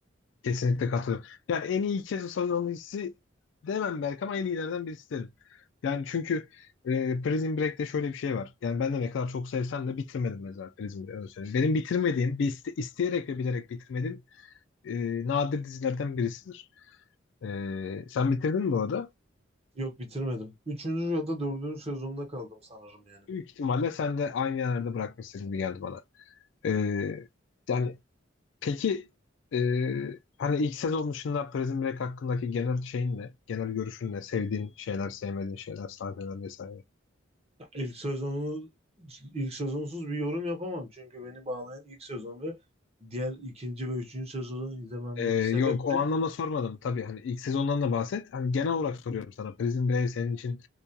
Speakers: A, on the left (about 65°); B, on the right (about 30°).
A: Kesinlikle katılıyorum. Yani en iyi iki sezon dizisi demem belki ama en iyilerden birisi derim. Yani çünkü e, Prison Break'te şöyle bir şey var. Yani ben de ne kadar çok sevsem de bitirmedim mesela Prison Break'i. öyle söyleyeyim. Benim bitirmediğim, bir iste- isteyerek ve bilerek bitirmediğim e, nadir dizilerden birisidir. E, sen bitirdin mi bu arada?
B: Yok bitirmedim. Üçüncü ya da dördüncü sezonda kaldım sanırım yani.
A: Büyük ihtimalle sen de aynı yerlerde bırakmışsın gibi geldi bana. E, yani Peki e, hani ilk sezon dışında Prison Break hakkındaki genel şeyin ne? Genel görüşün ne? Sevdiğin şeyler, sevmediğin şeyler, sahneler vesaire.
B: Ya İlk sezonu ilk sezonsuz bir yorum yapamam. Çünkü beni bağlayan ilk sezon ve diğer ikinci ve üçüncü sezonu izlememdeki
A: E,
B: sebep
A: yok o
B: de
A: anlamda sormadım. Tabii hani ilk sezondan da bahset. Hani genel olarak soruyorum sana. Prison Break senin için